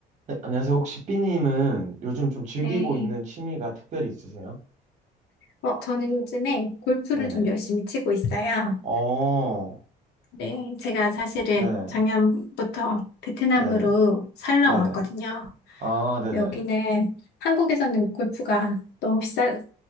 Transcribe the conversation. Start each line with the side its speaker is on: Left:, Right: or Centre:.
Right: 네, 안녕하세요. 혹시 삐님은 요즘 좀 즐기고
Left: 네.
Right: 있는 취미가 특별히 있으세요?
Left: 어, 저는 요즘에 골프를
Right: 네네.
Left: 좀 열심히 치고 있어요.
Right: 어,
Left: 네. 제가 사실은
Right: 네네.
Left: 작년부터 베트남으로
Right: 네네.
Left: 살러
Right: 네네.
Left: 왔거든요.
Right: 아, 네네.
Left: 여기는 한국에서는 골프가 너무 비싸,